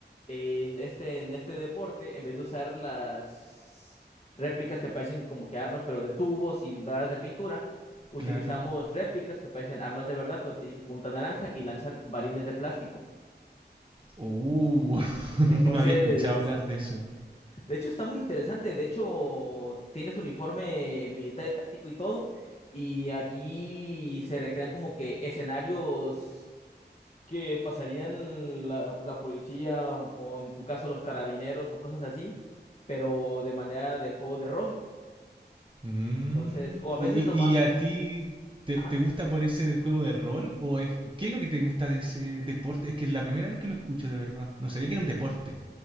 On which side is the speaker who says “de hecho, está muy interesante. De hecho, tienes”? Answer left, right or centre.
Left